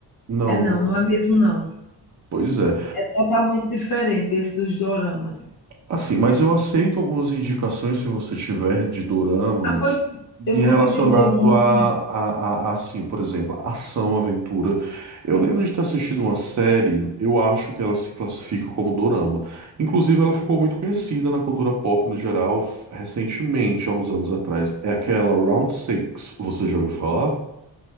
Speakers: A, on the right; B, on the left.
A: não.
B: É não,
A: não-
B: não é mesmo não.
A: Pois é.
B: É totalmente diferente esse dos doramas.
A: Assim, mas eu aceito algumas indicações se você tiver de doramas
B: Ah, pois
A: em
B: eu vou
A: relacionado
B: te dizer um
A: a,
B: aqui.
A: a, a- a, assim, por exemplo, ação, aventura. Eu lembro de ter assistido uma série, eu acho que ela se classifica como dorama. Inclusive, ela ficou muito conhecida na cultura pop no geral f- recentemente, há uns anos atrás. É aquela Round Six, você já ouviu falar?